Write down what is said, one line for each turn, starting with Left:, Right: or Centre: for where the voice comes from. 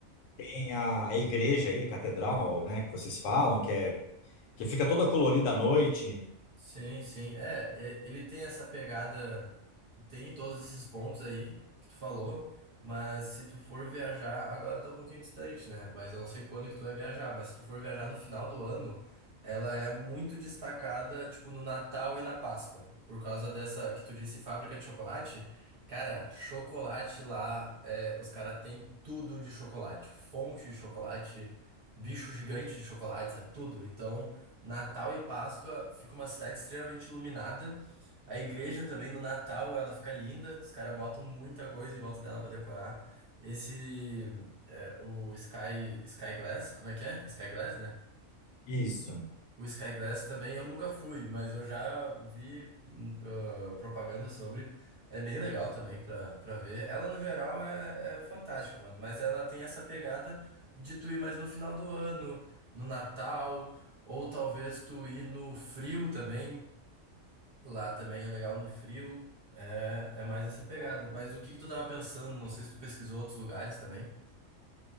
Left: Tem a, a igreja aí, a catedral, né, que vocês falam, que, é, que fica toda colorida à noite.
Right: Sim, sim. É, é, ele tem essa pegada, tem todos esses pontos aí que tu falou, mas se tu for viajar, agora tá um pouquinho distante, né? Mas eu não sei quando que tu vai viajar, mas se tu for viajar no final do ano, ela é muito destacada, tipo, no Natal e na Páscoa, por causa dessa que tu disse fábrica de chocolate. Cara, chocolate lá, é, os caras têm tudo de chocolate, fonte de chocolate, bicho gigante de chocolate, sabe? Tudo. Então. Natal e Páscoa fica uma cidade extremamente iluminada. A igreja também no Natal ela fica linda, os caras botam muita coisa em volta dela pra decorar. Esse é, o Sky Sky Glass, como é que é? Sky Glass, né?
Left: Isso.
Right: O Sky Glass também eu nunca fui, mas eu já vi hum, ah, propaganda sobre. É bem legal também pra, pra ver. Ela, no geral, é, é fantástica, mano. Mas ela tem essa pegada de tu ir mais no final do ano, no Natal, ou talvez tu ir no frio também. Lá também é legal no frio. É, é mais essa pegada. Mas o que que tu tava pensando? Não sei se tu pesquisou outros lugares também.